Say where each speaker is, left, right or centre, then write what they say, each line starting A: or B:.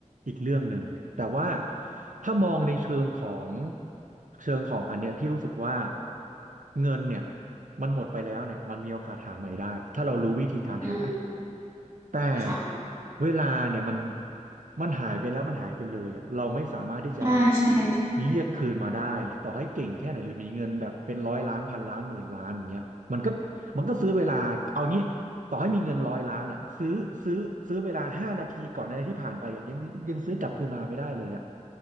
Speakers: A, on the right; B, on the right.
A: อีกเรื่องหนึ่งแต่ว่าถ้ามองในเชิงของเชิงของอันเนี้ยพี่รู้สึกว่าเงินเนี่ยมันหมดไปแล้วเนี่ยมันมีโอกาสหาใหม่ได้ถ้าเรารู้วิธีการหา
B: อืม
A: แต่
B: ค่ะ
A: เวลาเนี่ยมันมันหายไปแล้วมันหายไปเลยอ่ะเราไม่สามารถที่จะ
B: ใช่ใช่
A: เรียกคืนมาได้หรือต่อให้เก่งแค่ไหนหรือมีเงินแบบเป็นร้อยล้านพันล้านหมื่นล้านอย่างเงี้ยมันก็มันก็ซื้อเวลาเอางี้ต่อให้มีเงินร้อยล้านอ่ะซื้อซื้อซื้อเวลาห้านาทีก่อนหนาทีที่ผ่านไปอ่ะยังยังซื้อกลับคืนมาไม่ได้เลยอ่ะ